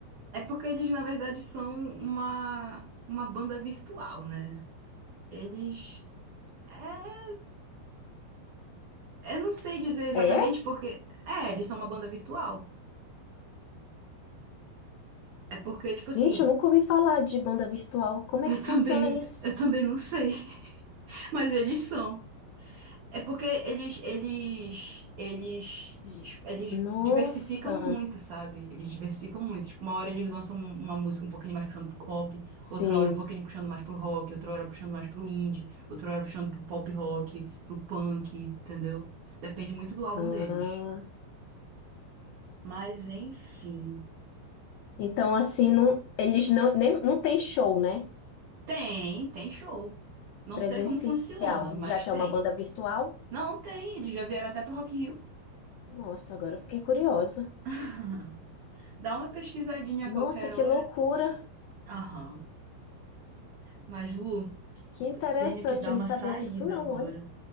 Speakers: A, on the right; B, on the left.
A: É porque eles, na verdade, são uma, uma banda virtual, né? Eles. É, eu não sei dizer exatamente
B: É?
A: porque. É, eles são uma banda virtual. É porque, tipo assim,
B: Gente, eu nunca ouvi falar de banda virtual. Como é
A: eu
B: que funciona
A: também,
B: isso?
A: eu também não sei. <laughs> Mas eles são. É porque eles, eles, eles,
B: Gi-
A: eles
B: Nossa,
A: diversificam muito, sabe? Eles diversificam muito. Tipo, uma hora eles lançam um, uma música um pouquinho mais puxando pro pop,
B: sim.
A: outra hora um pouquinho puxando mais pro rock, outra hora puxando mais pro indie, outra hora puxando pro pop rock, pro punk, entendeu? Depende muito do álbum
B: Ah.
A: deles. Mas enfim.
B: Então, assim, não, eles não, nem, não tem show, né?
A: Tem, tem show. Não
B: Presencial,
A: sei como funciona, mas
B: já que
A: tem.
B: é uma banda virtual.
A: Não, tem. Eles já vieram até pro Rock in Rio.
B: Nossa, agora eu fiquei curiosa.
A: <laughs> Dá uma pesquisadinha
B: Nossa,
A: a qualquer
B: que
A: hora.
B: loucura!
A: Aham. Mas, Lu,
B: Que interessante,
A: tenho que dar
B: eu
A: uma
B: não sabia
A: saída
B: disso, não,
A: agora.
B: olha.